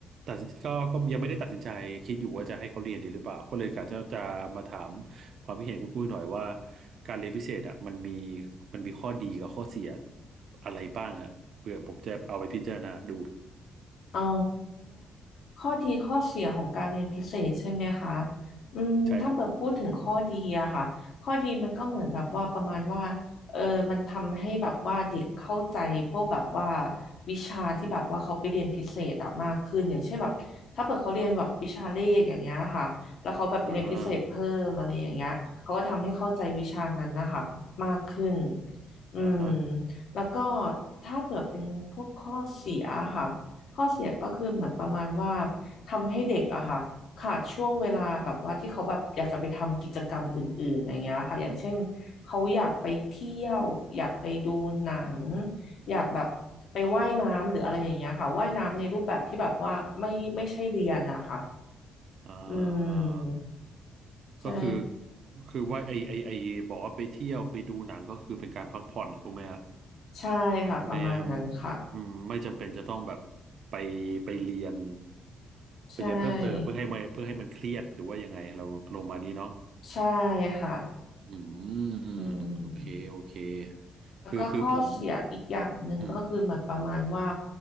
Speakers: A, on the right; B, on the left.
A: ตัดสินก็ก็ยังไม่ได้ตัดสินใจคิดอยู่ว่าจะให้เขาเรียนดีหรือเปล่าก็เลยกะจะจะมาถามความคิดเห็นคุณอุ้ยหน่อยว่าการเรียนพิเศษอะมันมีมันมีข้อดีกับข้อเสียอะไรบ้างฮะเพื่อผมจะเอาไปพิจารณาดู
B: อ๋อข้อดีข้อเสียของการเรียนพิเศษใช่ไหมคะอืมถ้าเปิดพูดถึงข้อดีอะค่ะข้อดีมันก็เหมือนแบบว่าประมาณว่าเออมันทำให้แบบว่าเด็กเข้าใจพวกแบบว่า
A: ใช่ครับ
B: วิชาที่แบบว่าเขาไปเรียนพิเศษอะมากขึ้นอย่างเช่นแบบถ้าเปิดเขาเรียนแบบวิชาเลขอย่างเงี้ยค่ะแล้วเขาแบบไปเรียนพิเศษเพิ่มอะไรอย่างเงี้ยเขาก็ทำให้เข้าใจวิชานั้นนะคะมากขึ้น
A: อ่า
B: อืม
A: อ่าฮะ
B: แล้วก็ถ้าเผื่อเป็นพวกข้อเสียค่ะ ข้อเสียก็คือเหมือนประมาณว่าทำให้เด็กอะค่ะขาดช่วงเวลาแบบว่าที่เขาแบบอยากจะไปทำกิจกรรมอื่นๆอย่างเงี้ยค่ะอย่างเช่นเขาอยากไปเที่ยวอยากไปดูหนังอยากแบบไปว่ายน้ำหรืออะไรอย่างเงี้ยค่ะว่ายน้ำในรูปแบบที่แบบว่าไม่ไม่ใช่เรียนนะคะ
A: อ่
B: อื
A: า
B: มใช่
A: ก็คือคือว่าไอไอไอบอกว่าไปเที่ยวไปดูหนังก็คือเป็นการพักผ่อนถูกไหมฮะ
B: ใช่ค่ะประมาณนั้นค่ะ
A: ไม่อืมไม่จำเป็นจะต้องแบบไปไปเรียน
B: ใช่
A: ไปเรียนเพิ่มเติมเพื่อให้มันเพื่อให้มันเครียดหรือว่ายังไงเราลงมานี้เนาะ
B: ใช่ค่ะ
A: อืม
B: อืม
A: โอเคโอเค
B: แล้วก็ข้อเสียอีกอย่างหนึ่งก็คือเหมือนประมาณว่า
A: คือคือผมอืม